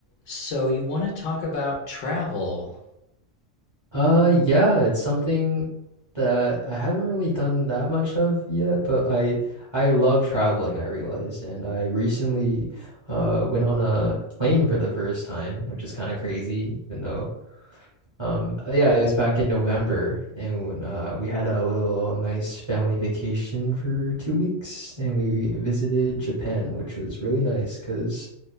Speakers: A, on the left; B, on the right.
A: So you want to talk about travel.
B: Uh, yeah, it's something that I haven't really done that much of yet, but I I love traveling, I realized, and I recently uh went on a plane for the first time, which is kind of crazy, even though um uh, yeah, it was back in November, and when, uh we had a little nice family vacation for two weeks, and we visited Japan, which was really nice because